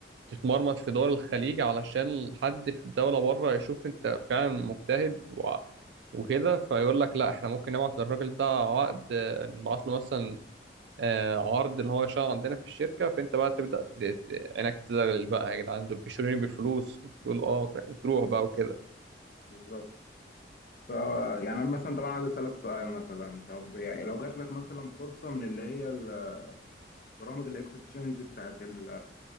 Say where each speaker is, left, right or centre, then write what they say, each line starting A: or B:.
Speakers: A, on the right; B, on the left.
A: تتمرمط في دول الخليج علشان حد في الدولة بره يشوف انت فعلا مجتهد و... وكده فيقول لك لا احنا ممكن نبعت للراجل ده عقد آه، نبعت له مثلا آه، عرض ان هو يشتغل عندنا في الشركة فانت بقى تبدأ ت... ت- عينك تزغلل بقى يا جدعان دول بيشتروني بالفلوس انت تقول اه وتروح بقى وكده
B: بالظبط ف يعني أنا مثلا طبعا عايز أسألك سؤال مثلا طب يعني لو جات لك مثلا فرصة من اللي هي ال- برامج الاكسشينج بتاعت ال